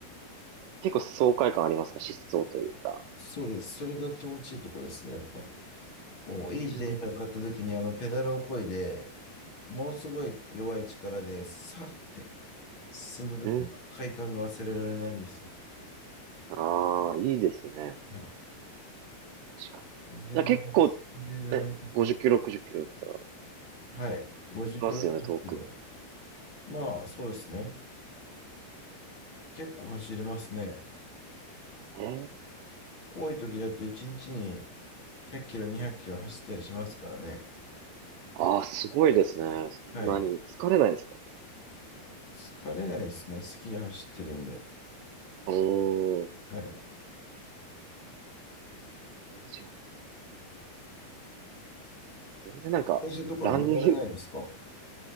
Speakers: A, on the right (about 85°); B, on the left (about 30°).
A: 結構爽快感ありますか疾走というか。
B: そうです。それが気持ちいいとこですね。やっぱ、こう、
A: うん。
B: いい自転車を買った時に、あの、ペダルを漕いで、ものすごい弱い力で、さーって進んだ時の快感が忘れられないんですよ。
A: うん。ああ、いいですね。
B: はい。
A: 確かに。
B: これが忘れられなくて。
A: じゃあ結構、ね、50キロ、60キロだったら、
B: はい。50キロ、
A: 行きますよね、
B: 50キロ。
A: 遠くに。
B: まあ、そうですね。結構走りますね。
A: え
B: 多い時だと1日に100キロ、200キロ走ったりしますからね。
A: ああーすごいですね。そんなに疲れないですか
B: はい。疲れないですね。好きで走ってるんで。
A: おー、
B: はい。
A: 全然違うな。全然なんか、
B: 電車とかは乗られないですか
A: ランニング、